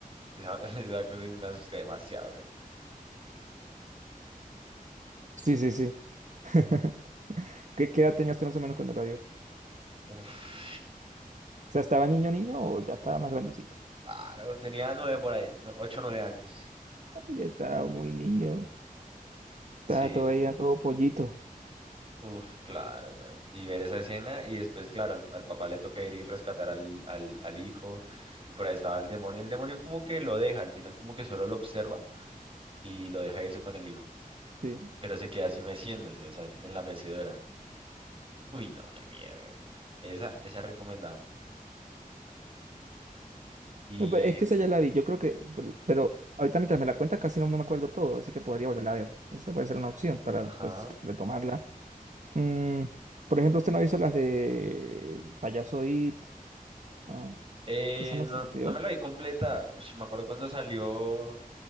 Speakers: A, on the right; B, on the right.
A: esa, <laughs> esa cosa y me asusté demasiado, weón.
B: sí, sí, sí. <laughs> ¿Qué, qué edad tenía usted más o menos cuando la vio? O
A: Uf.
B: sea, ¿estaba niño, niño o ya estaba más grandecito?
A: Claro, tenía nueve por ahí, no, ocho, nueve años.
B: Y estaba muy niño, estaba
A: Sí,
B: todavía todo pollito.
A: uf, claro, weón. Y ver esa escena y después, claro, al, al papá le toca ir y rescatar al, al, al hijo y por ahí estaba el demonio. El demonio como que lo deja, al final como que solo lo observa y lo deja irse con el hijo,
B: Sí.
A: pero se queda así meciéndose, o sea, en la mecedora. Uy, no, qué miedo, weón. Esa, esa es recomendada. Y,
B: No, pero Es que
A: mm,
B: esa ya la vi, yo creo que, pero ahorita mientras me la cuentas casi no, no me acuerdo todo, así que podría volverla a ver. Esa puede ser una opción para
A: ajá.
B: pues retomarla. Mm, por ejemplo, usted no hizo las de El Payaso It. Ah,
A: Eh,
B: esa no
A: no,
B: se las vio.
A: no me la vi completa. ush, me acuerdo cuando salió.